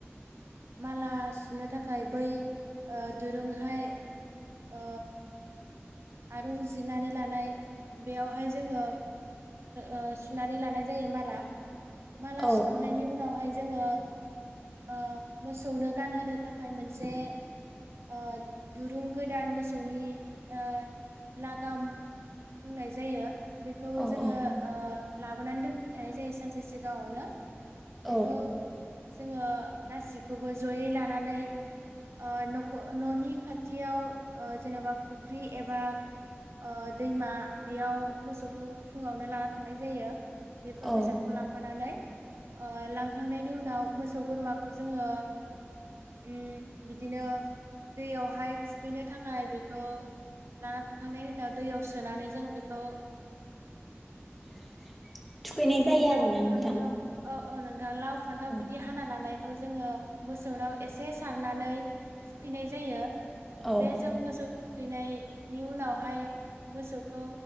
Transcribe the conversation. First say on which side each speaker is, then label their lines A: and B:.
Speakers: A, on the right; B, in the centre.
A: माला सुनो थाखाय बै ओ दुरुंहाय ओ आरुं जिनानै लानाय बेयावहाय जोङो ओ सुनानै लानाय जायो माला । माला
B: औ
A: सुखांनायनि उनावहाय जोङो ओ मोसौनो गानहोनो थाखाय मोनसे ओ दुरुं गोदान मोसौनि ओ लागाम बुंनाय जायो बेखौ
B: औ
A: जोङो
B: औ
A: ओ लाबोनानै दोनफैखानाय जायो सानसे सिगाङावनो । बेखौ
B: औ
A: जोङो गासिखौबो जयै लानानै ओ नख न'नि खाथियाव ओ जेनेबा फुख्रि एबा ओ दैमा बेयाव मोसौखौ फुङावनो लाना थांनाय जायो । बेफोर
B: औ
A: बेसादखौ लाफानानै ओ लांखांनायनि उनाव मोसौ बोरमाखौ जोङो उम बिदिनो दैयावहाय थुखैनो थाखाय बेखौ लाना थांखांनायनि उनाव दैयाव सोनानै जों बेखौ
B: <inaudible> थुखैनाय जायो
A: लाव
B: आरोना
A: फान्थाव
B: नोंथां
A: औ औ नोंथां लाव फान्थाव
B: औ
A: बिदि हाना लानाय खौ जोङो मोसौनाव एसे सारनानै थुखैनाय जायो।
B: औ
A: बे जों मोसौ थुखैनायनि उनावहाय मोसौखौ